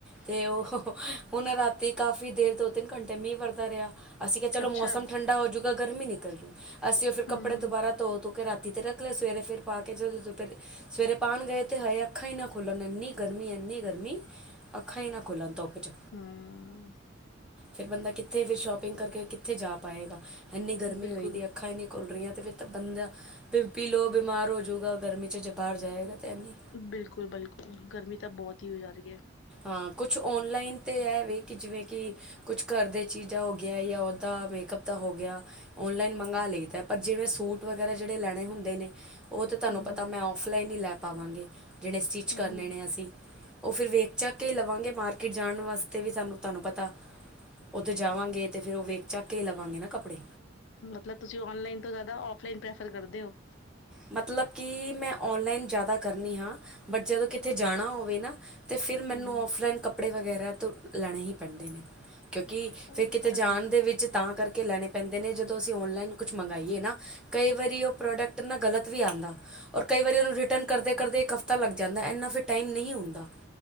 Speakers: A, in the centre; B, on the left.
A: <inaudible> ਤੇ ਓਹ ਹੁਣ ਰਾਤੀ ਕਾਫ਼ੀ ਦੇਰ ਤੋਂ ਤਿੰਨ ਘੰਟੇ ਮੀਹ ਵਰਦਾ ਰਿਹਾ ਅਸੀਂ ਕਿਹਾ ਚਲੋ
B: ਅੱਛਾ
A: ਮੌਸਮ ਠੰਡਾ ਹੋਜੂਗਾ ਗਰਮੀ ਨਿਕਲ ਜੂ ਅਸੀਂ ਓਹ ਫਿਰ
B: ਹਮ
A: ਕੱਪੜੇ
B: ਹਮ
A: ਦੁਬਾ ਬਾਰਾ ਧੋ-ਧੂ ਕੇ ਰਾਤ ਤੀ ਤੇ ਰੱਖ ਲੇ ਸਵੇਰੇ ਫਿਰ ਪਾ ਕੇ ਜਦੋਂ ਦੁਪੇਰ ਸਵੇਰੇ ਪਾਣ ਗਏ ਤੇ ਹਏ ਅੱਖਾਂ ਹੀ ਨਾ ਖੁੱਲਣ ਏੰਨੀ ਗਰਮੀ ਐਨ ਇੰਨੀ ਗਰਮੀ ਅੱਖਾਂ ਹੀ ਨਾ ਖੁੱਲਣ ਧੁਪ 'ਚ
B: ਹਮ
A: ਫਿਰ ਬੰਦਾ ਕਿੱਥੇ ਫਿਰ ਸ਼ੋਪਿੰਗ ਕਰਕੇ ਕਿੱਥੇ ਜਾ ਪਾਏਗਾ ਇੰਨੀ ਗਰਮੀ
B: ਬਿਲਕੁਲ
A: ਹੋਈ ਦੀ ਅੱਖਾਂ ਇੰਨੀ ਖੁਲ ਰੀਆਂ। ਤੇ ਫਿਰ ਤਾਂ ਬੰਦਾ ਪੀ ਲੋ ਬਿਮਾਰ ਹੋ ਜੂਗਾ ਗਰਮੀ 'ਚ ਜੇ ਬਾਰ ਜਾਏਗਾ। ਤਾਂ ਇੰਨੀ
B: ਬਿਲਕੁਲ -ਬਿਲਕੁਲ ਗਰਮੀ ਤਾਂ ਬੋਤ ਹੀ ਹੋ ਜਾ ਰੀ ਏ।
A: ਹਾਂਕੁਛ ਔਨਲਾਈਨ ਤੇ ਐਵੇਂ ਕਿ ਜਿਵੇਂ ਕਿ ਕੁਛ ਘਰ ਦੇ ਚੀਜ਼ਾਂ ਹੋ ਗਿਆ ਯਾ ਓਦਾ ਮੇਕ ਕਪ ਤਾ ਹੋ ਗਿਆ ਔਨਲਾਈਨ ਮੰਗਾ ਲਈ ਦੈ ਪਰ ਜਿਵੇਂ ਸੂਟ ਵਗੈਰਾ ਜੇੜੇ ਲੈਣੇ ਹੁੰਦੇ ਨੇ ਓਹ ਤਾਂ ਤਾਨੂੰ
B: ਹੂੰ
A: ਪਤਾ
B: ਹੂੰ
A: ਮੈਂ ਔਫਲਾਈਨ ਹੀ ਲੈ ਪਾਵਾਂਗੀ ਜਿਨੇ ਸਟਿੱਚ
B: ਹੂੰ
A: ਕਰਨੇ
B: ਹੂੰ
A: ਨੇ ਅਸੀਂ ਓਹ ਫਿਰ ਵੇਖ ਚੱਕ ਕੇ ਹੀ ਲਵਾਂਗੇ ਮਾਰਕੀਟ ਜਾਣ ਵਾਸਤੇ ਵੀ ਸਾਨੂੰ ਤਾਨੂੰ ਪਤਾ ਓਥੇ ਜਾਵਾਂਗੇ ਤੇ ਫੇਰ ਓਹ ਵੇਖ ਚੱਕ ਕੇ ਹੀ ਲਵਾਂਗੇ ਨਾ ਕੱਪੜੇ
B: ਮਤਲਬ ਤੁਸੀਂ ਔਨਲਾਈਨ ਤੋਂ ਜੈਦਾ ਔਫਲਾਈਨ ਪ੍ਰੈਫਰ ਕਰਦੇ ਔ।
A: ਮਤਲਬ ਕਿ ਮੈਂ ਔਨਲਾਈਨ ਜੈਦਾ ਕਰਨੀ ਹਾਂ ਬਟ ਜਦੋਂ ਕਿੱਥੇ ਜਾਣਾ ਹੋਵੇ ਨਾ ਤੇ ਫਿਰ ਮੈਨੂੰ
B: ਹੂੰ ਹੂੰ
A: ਔਫਲਾਈਨ ਕੱਪੜੇ ਵਗੈਰਾ ਤੋਂ ਲੈਣੇ ਹੀ ਪੈਂਦੇ ਨੇ। ਕਿਉਂਕਿ
B: ਉਹ
A: ਫੇਰ ਕਿਤੇ
B: ਤਾਂ
A: ਜਾਣ
B: ਗੱਲ
A: ਦੇ ਵਿੱਚ ਤਾਂ ਕਰ ਕੇ ਲੈਣੇ ਪੈਂਦੇ ਨੇ ਜਦੋਂ ਅਸੀਂ ਔਨਲਾਈਨ ਕੁਛ ਮੰਗਾਈਏ ਨਾ ਕਈ ਵਾਰੀ ਓਹ ਪ੍ਰੋਡਕ ਟ ਨਾ ਗਲਤ ਵੀ ਆਂਦਾ ਔਰ ਕਈ ਵਾਰੀ ਓਨੂੰ ਰਿਟਨ ਕਰਦੇ ਕਰਦੇ ਇੱਕ ਹਫ਼ਤਾ ਲੱਗ ਜਾਂਦੈ, ਐਨਾ ਫਿਰ ਟਾਈਮ ਨਹੀਂ ਹੁੰਦਾ।